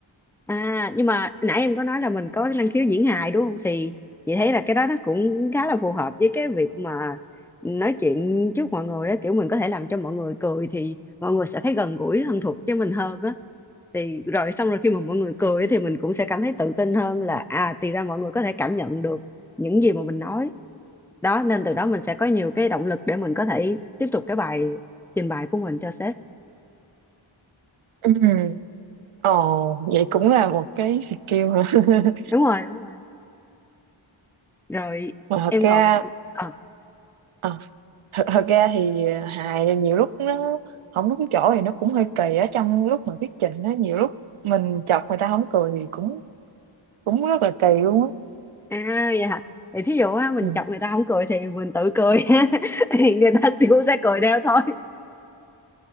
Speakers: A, in the centre; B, on the right.
A: À, nhưng mà nãy em có nói là mình có cái năng khiếu diễn hài đúng không? Thì chị thấy là cái đó nó cũng khá là phù hợp với cái việc mà nói chuyện trước mọi người á, kiểu mình có thể làm cho mọi người cười thì mọi người sẽ thấy gần gũi thân thuộc với mình hơn á. Thì rồi xong rồi khi mà mọi người cười á thì mình cũng sẽ cảm thấy tự tin hơn là à thì ra mọi người có thể cảm nhận được những gì mà mình nói. Đó nên từ đó mình sẽ có nhiều cái động lực để mình có thể tiếp tục cái bài trình bày của mình cho sếp.
B: ừ. Ồ, vậy cũng là một cái skill hả? <laughs>
A: Đúng rồi, đúng rồi. Rồi
B: mà thật
A: em
B: ra
A: còn ờ
B: ờ, thật, thật ra thì hài nhiều lúc nó không đúng chỗ thì nó cũng hơi kỳ á trong lúc mà thuyết trình á nhiều lúc mình chọc người ta không cười thì cũng cũng rất là kỳ luôn á
A: À vậy hả? Thì thí dụ á, mình
B: ừ.
A: chọc người ta không cười thì mình tự cười <laughs> thì người ta <laughs> cũng sẽ cười theo thôi.